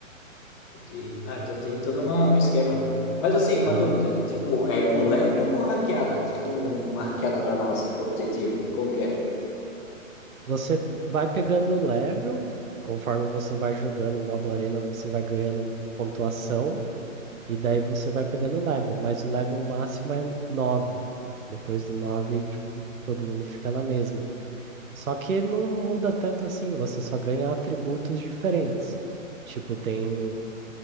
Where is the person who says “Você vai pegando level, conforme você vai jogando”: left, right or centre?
Right